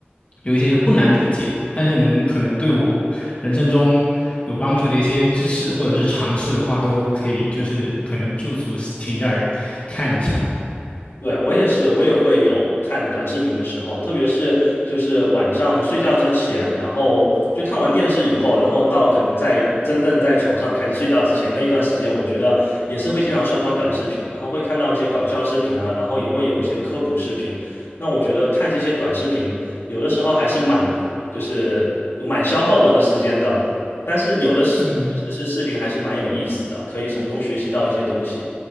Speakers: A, on the left; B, on the left.
A: 有一些不难理解，但是能可能对我人生中有帮助的一些知识或者是尝试的话，都可以就是可能驻足停下来看一下。
B: 对，我也是，我也会有看短视频的时候，特别是就是晚上睡觉之前，然后就看完电视以后，然后到可能在真正在床上开始睡觉之前那一段时间，我觉得也是会经常刷刷短视频，然后会看到一些搞笑视频啊，然后也会有一些科普视频。那我觉得看这些短视频，有的时候还是蛮就是蛮消耗我的时间的，但是有的是确实是视频还是蛮有意思的，
A: 嗯，
B: 可以从中学习到一些东西。